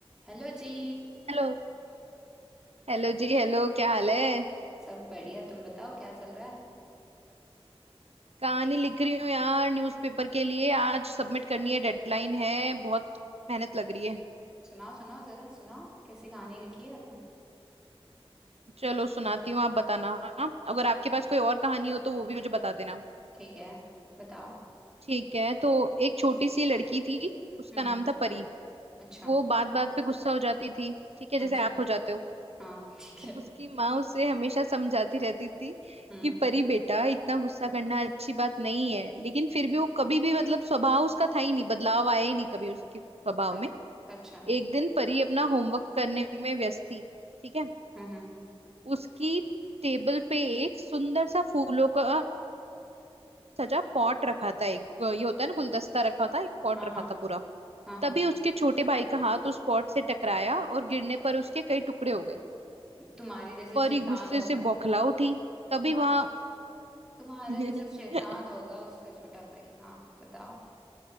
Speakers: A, in the centre; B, on the right.
A: हेलो जी
B: Hello Hello जी hello क्या हाल है
A: सब बढ़िया तुम बताओ क्या चल रहा है
B: कहानी लिख रही हूँ यार न्यूज़पेपर के लिए आज सबमिट करनी है डेडलाइन है बहुत मेहनत लग रही है
A: सुनाओ सुनाओ जरा सुनाओ कैसी कहानी लिखी है आपने
B: चलो सुनाती हूँ आप बताना हाँ? अगर आपके पास कोई और कहानी हो तो वो भी मुझे बता देना
A: ठीक है बताओ
B: ठीक है तो एक छोटी सी लड़की थी उसका
A: हम्म
B: नाम
A: हम्म,
B: था परी
A: अच्छा
B: वो बात बात पे गुस्सा हो जाती थी ठीक है जैसे
A: अच्छा
B: आप हो जाते हो
A: हाँ <laughs> ठीक है
B: उसकी माँ उसे हमेशा समझाती रहती थी
A: हम्म
B: कि
A: हम्म,
B: परी बेटा इतना गुस्सा करना अच्छी बात नहीं है लेकिन फिर भी वो कभी भी मतलब स्वभाव उसका था ही नहीं बदलाव आया ही नहीं कभी उसके स्वभाव
A: अ-
B: में
A: अच्छा
B: एक दिन परी अपना होमवर्क करने में व्यस्त थी ठीक है
A: हम्म हम्म,
B: उसकी टेबल पे एक सुंदर सा फूलों का सजा पॉट रखा था एक ये होता है ना गुलदस्ता रखा था एक पॉट
A: हाँ
B: रखा
A: हाँ
B: था पूरा
A: हाँ हाँ
B: तभी उसके छोटे भाई का हाथ उस पॉट से टकराया और गिरने पर उसके कई टुकड़े हो गए
A: तुम्हारी जैसे
B: परी
A: शैतान
B: गुस्से
A: होगा
B: से बौखला उठी तभी
A: तुम
B: वहां
A: तुम्हारे
B: <laughs>
A: जैसा शैतान होगा उसका छोटा भाई हाँ बताओ